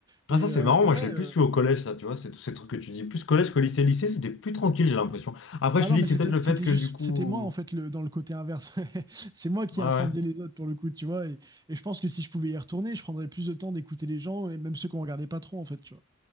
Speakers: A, on the left; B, on the right.
A: Ah,
B: Et,
A: ça, c'est
B: euh,
A: marrant.
B: et
A: Moi,
B: ouais,
A: je l'ai
B: euh,
A: plus eu au collège, ça, tu vois. C'est tous ces trucs que tu dis. Plus collège que lycée. Lycée, c'était plus tranquille, j'ai l'impression. Après,
B: Bah
A: je te
B: non,
A: dis,
B: mais
A: c'est
B: c'était
A: peut-être le
B: c'était
A: fait que,
B: juste
A: du coup.
B: c'était moi en fait le dans le côté inverse. <laughs> C'est moi qui
A: Ouais,
B: ai incendié
A: ouais.
B: les autres pour le coup, tu vois. Et, et je pense que si je pouvais y retourner, je prendrais plus de temps d'écouter les gens et même ceux qu'on regardait pas trop en fait, tu vois.